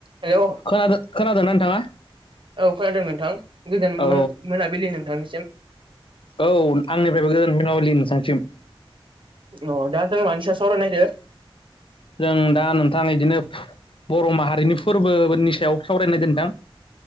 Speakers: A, on the right; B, on the left.
A: हेल' औ
B: खोनादों खोनादोंना नोंथाङा
A: खोनादों नोंथां गोजान
B: औ
A: मो-मोनाबिलि नोंथांनिसिम।
B: औ आंनिफ्रायबो गोजोन मोनाबिलि नोंथांसिम।
A: अह दा जों मानसिया सावराय नायदो?
B: जों दा नोंथां इदिनो बर' माहारिनि फोरबोनि सायाव सावरायनायदो नोंथां।